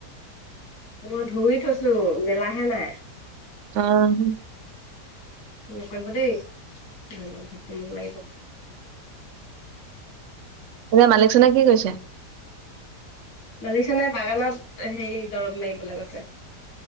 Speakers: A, on the left; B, on the right.
A: মই ধুই থৈছো মেলাহে নাই।
B: অঁহ।
A: নকৰিব দেই ঘৰতে মোক লাগিব।
B: এতিয়া মালিক জনে কি কৈৰিছে?
A: মালিক জনে বাগানত সে দৰৱ মাৰিবলৈ গৈছে।